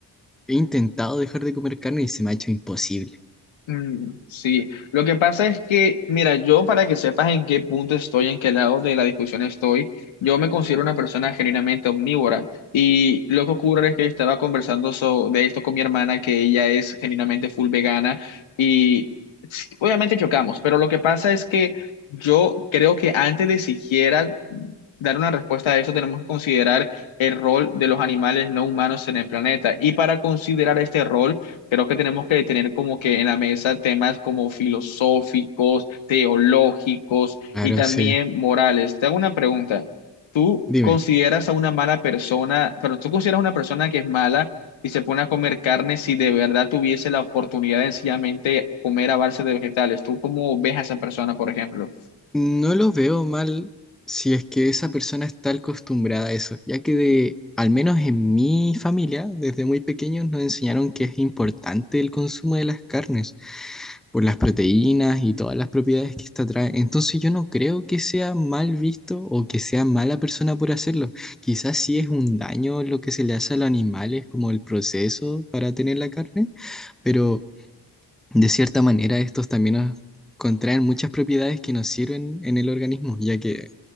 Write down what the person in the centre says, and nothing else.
he intentado dejar de comer carne y se me ha hecho imposible.
Claro,
sí.
Dime,
no lo veo mal si es que esa persona está acostumbrada a eso, ya que de, al menos en mi familia, desde muy pequeños nos enseñaron que es importante el consumo de las carnes. por las proteínas y todas las propiedades que esta trae. Entonces yo no creo que sea mal visto o que sea mala persona por hacerlo. Quizás sí es un daño lo que se le hace a los animales, como el proceso para tener la carne, pero de cierta manera estos también nos contraen muchas propiedades que nos sirven en el organismo, ya que